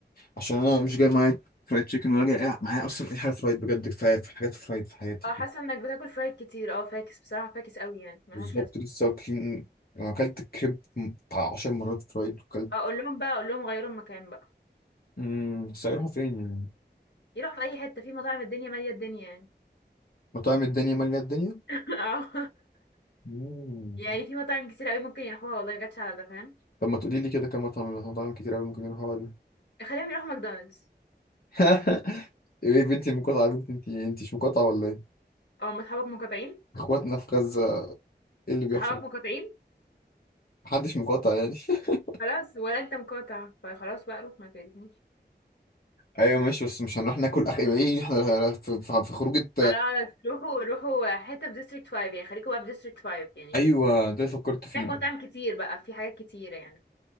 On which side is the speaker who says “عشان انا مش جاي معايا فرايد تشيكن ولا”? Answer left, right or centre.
Left